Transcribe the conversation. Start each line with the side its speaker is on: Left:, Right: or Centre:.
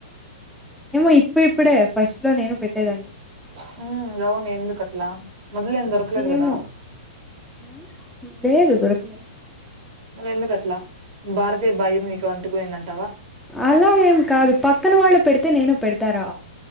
Centre: ఏమో ఇప్పు ఇప్పుడే ఫస్ట్ లో నేను పెట్టేదాన్ని
Right: హు అవును ఎందు కట్లా మధ్యలో ఏం దొరకలేదు గదా
Centre: ఏమో ఉమ్, లేదు దొరకలే
Right: ఎందుకట్లా భారతీయ భయం నీకు అంటుకు పో యిందంట
Centre: అలా ఏం కాదు పక్కన వాళ్ళు పెడితే నేను పెడతారా